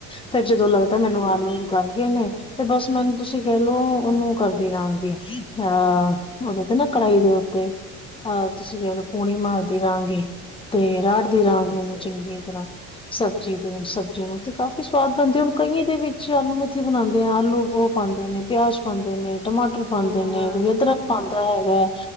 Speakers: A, on the left; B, on the left.
A: ਤੇ ਜਦੋਂ ਲੱਗਦਾ ਮੈਨੂੰ
B: ਹੂੰ-ਹੂੰ,
A: ਆਲੂ ਗਲ ਗਏ ਨੇ ਤੇ ਬਸ ਮੈਨੂੰ ਤੁਸੀਂ ਕਹਿਲਓ ਉਹਨੂੰ ਕਰਦੀ ਰਹਾਂਗੀ ਅਹ ਦੇ ਤੇ ਨਾ ਕੜਾਹੀ ਦੇ ਉੱਤੇ ਹਾਂ ਤੁਸੀਂ ਕਹਿ ਲਓ ਪੋਣੀ ਮਾਰਦੀ ਤੇ ਰਾੜ ਦੀ ਰਾਂਗ
B: ਅੱਛਾ
A: ਉਹਨੂੰ ਚੰਗੀ ਤਰ੍ਹਾਂ ਸਬਜ਼ੀ ਸਬਜ਼ੀ ਨੂੰ ਤੇ ਕਾਫ਼ੀ ਸਵਾਦ ਬਣਦੇ ਹੁਣ ਕਈਏ ਦੇ ਵਿੱਚ ਆਲੂ ਮੇਥੀ ਬਣਾਉਂਦੇ ਆ ਆਲੂ ਉਹ ਪਾਉਂਦੇ ਨੇ ਪਿਆਜ ਪਾਉਂਦੇ ਨੇ ਟਮਾਟਰ ਪਾਉਂਦੇ
B: ਹਾਂ-ਹਾਂ,
A: ਨੇ ਕੋਈ ਅਦਰਕ ਪਾਉਂ ਹੈਗਾ ਹੈ